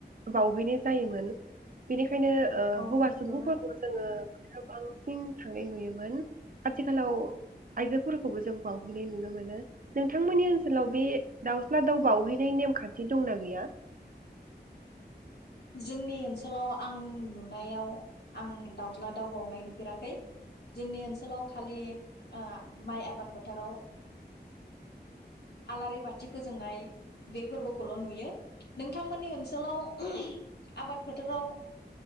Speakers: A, on the right; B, on the left.
A: बाउहैनाय जायोमोन बेनिखाय खायनो ओ
B: अ
A: हौवा
B: नंगौना
A: सुबुंफोरखौ जोङो बांसिन थांनाय नुयोमोन आथिखालाव आइजोफोरखौबो जों बावहैनाय नुनो मोनो नोंथांमोननि ओनसोलाव बे दाउस्ला दाउ बाउहैनाय नेमखान्थि दंना गैया
B: जोंनि ओनसोलाव आं नुनायाव आं दाउज्ला दाउ बावउनाय नुफेराखै जोंनि ओनसोलाव खालि आ माइ आबाद फोथाराव आलारि बाथि फोजोंनाय बे फोरबोखौल नुयो नोंथांमोननि ओनसोलाव आबाद फोथाराव